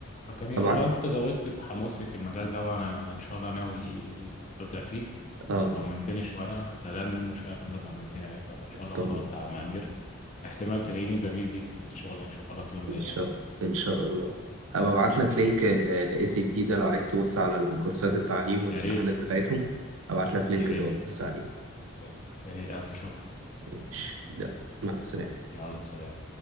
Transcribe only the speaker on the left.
طب جميل
والله انت زودت تحمسي في المجال ده وانا أنا ان شاء الله ناوي ابدا فيه
انت طمنتني شوية انا كنت قلقان منه شوية فانت طمنتني يعني فان شاء الله
خلاص يا عم امير احتمال تلاقيني زميل ليك في الشغل ان شاء الله في يوم من
الايام
يا ريت
يا
ريت
يا ريت الف شكر
يلا سلام